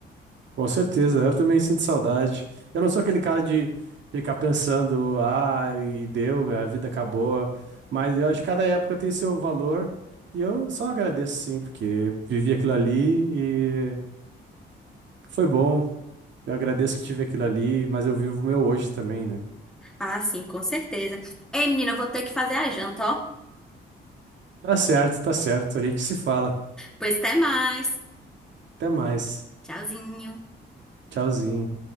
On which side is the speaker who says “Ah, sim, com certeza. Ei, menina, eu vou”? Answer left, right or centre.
Centre